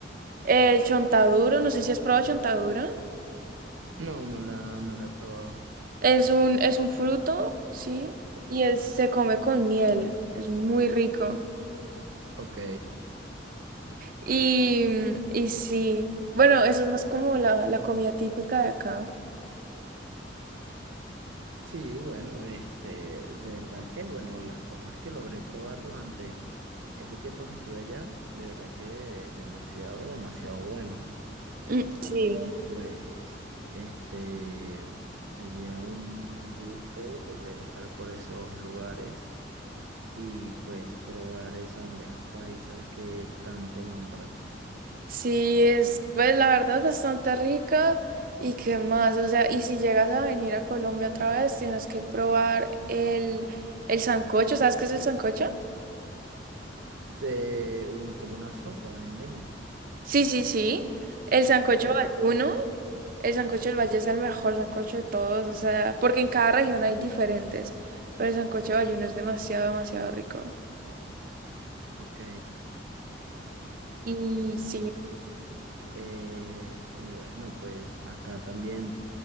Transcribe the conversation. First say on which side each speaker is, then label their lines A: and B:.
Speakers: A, on the right; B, on the right.
A: El chontaduro, no sé si has probado chontaduro.
B: No, no la, no la he probado.
A: Es un, es un fruto, sí, y es- se come con miel. Es muy rico.
B: Ok.
A: Y, y sí, bueno, eso es más como la, la comida típica de acá.
B: Sí, bueno, este, de verdad que, bueno, las cosas que logré probar durante ese tiempo que estuve allá, de verdad que demasiado, demasiado bueno.
A: Mm, Sí,
B: Pues, este, sería un gusto volver a estar por esos lugares y pues probar esa bandeja paisa que tanto nombran.
A: sí, es, pues la verdad es bastante rica. ¿Y qué más? O sea, y si llegas a venir a Colombia otra vez, tienes que probar el, el sancocho. ¿Sabes qué es el sancocho?
B: Se, un, como una sopa en leña,
A: Sí, sí, sí. El sancocho
B: ¿va?
A: valluno. El sancocho del Valle es el mejor sancocho de todos, o sea, porque en cada región hay diferentes, pero el sancocho del Valle es demasiado, demasiado rico.
B: Ok.
A: Y
B: Sí.
A: sí,
B: Eh, y bueno, pues acá también,